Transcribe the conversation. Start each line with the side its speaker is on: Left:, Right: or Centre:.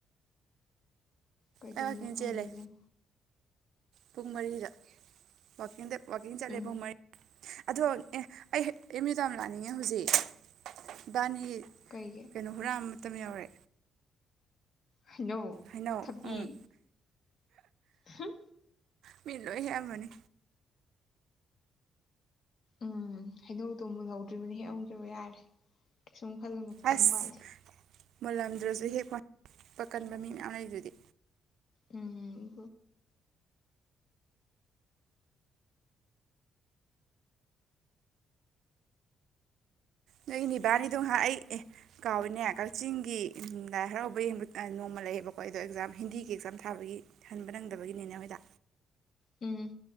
Left: ꯀꯩꯗꯧꯏꯅꫭ
Right: ꯑꯩ ꯋꯥꯛꯀꯤꯡ
Left: ꯈꯪꯗꯦ
Right: ꯆꯦꯜꯂꯦ
Left: ꯏꯕꯦꯝ꯫
Right: ꯄꯨꯡ ꯃꯔꯤꯗ꯫ <unintelligible> ꯋꯥꯜꯀꯤꯡ ꯆꯠꯂꯦ
Left: ꯎꯝ
Right: ꯄꯨꯡ ꯃꯔꯤ ꯑꯗꫭ ꯑꯦ ꯑꯩ ꯑꯦꯝ ꯌꯨ ꯇꯝ ꯂꯥꯛꯅꯤꯡꯉꯦ ꯍꯧꯖꯤꯛ ꯏꯕꯥꯅꯤ
Left: ꯀꯩꯒꯤ
Right: ꯀꯩꯅꫭ ꯍꯨꯔꯥꯝ ꯇꯝ ꯌꯧꯔꯦ꯫
Left: ꯍꯩꯅꯧ
Right: ꯍꯩꯅꯧ
Left: ꯊꯕꯤ꯫
Right: ꯎꯝ
Left: ꯍꯝ꯫
Right: ꯃꯤ ꯂꫭꯏ ꯍꯦꯛꯑꯝꯑꯅꯤ꯫
Left: ꯎꯝ ꯍꯩꯅꯧꯗꯨ ꯃꯨꯜꯍꯧꯗ꯭ꯔꯤꯕꯅꯤ ꯍꯦꯛꯑꯝꯒꯤꯕ ꯌꯥꯔꯦ꯫ ꯁꯨꯝ ꯈꯜꯂꯨꯅꯨ ꯈꯤꯊꯪ
Right: ꯑꯁ
Left: ꯋꯥꯠꯂꯤ꯫
Right: ꯃꯨꯜꯂꯝꯗ꯭ꯔꯁꯨ ꯍꯦꯛꯄ ꯄꯛꯀꯟꯕ ꯃꯤ ꯃꯌꯥꯝ ꯂꯩꯗꯨꯗꯤ꯫
Left: ꯝꯝ
Right: ꯅꫭꯏ ꯅꯤꯕꯥꯅꯤꯗꯨ ꯉꯍꯥꯛ ꯑꯩ ꯀꯥꯎꯏꯅꯦ ꯀꯥꯛꯆꯤꯡꯒꯤ ꯂꯥꯏ ꯍꯔꯥꯎꯕ ꯌꯦꯡꯕ ꯑ ꯅꫭꯡꯃ ꯂꯩꯌꯦꯕꯀꫭ ꯑꯗꫭ ꯍꯤꯟꯗꯤꯒꯤ ꯑꯦꯛꯖꯥꯝ ꯊꯥꯕꯒꯤ ꯍꯟꯕ ꯅꯪꯗꯕ ꯅꯦꯅꯦ ꯍꫭꯏꯗ꯫
Left: ꯝꯝ